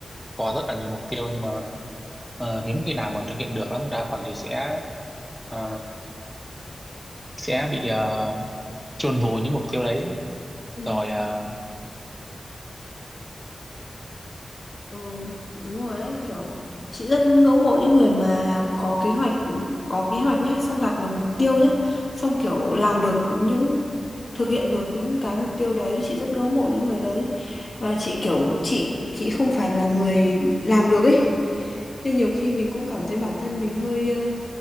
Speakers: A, in the centre; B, on the left (about 40°).
A: có rất là nhiều mục tiêu nhưng mà ờ, hiếm khi nào mà thực hiện được lắm, đa phần thì sẽ ờ, sẽ bị uh, chôn vùi những mục tiêu đấy
B: Ừ.
A: rồi ờ,
B: Ừ, đúng rồi đấy kiểu chị rất ngưỡng mộ những người mà có kế hoạch có kế hoạch nhá xong đạt được mục tiêu nhá xong kiểu làm được những thực hiện được những cái mục tiêu đấy chị rất ngưỡng mộ những người đấy và chị kiểu chị chị không phải là người làm được ấy nên nhiều khi mình cũng cảm thấy bản thân mình hơi ờ,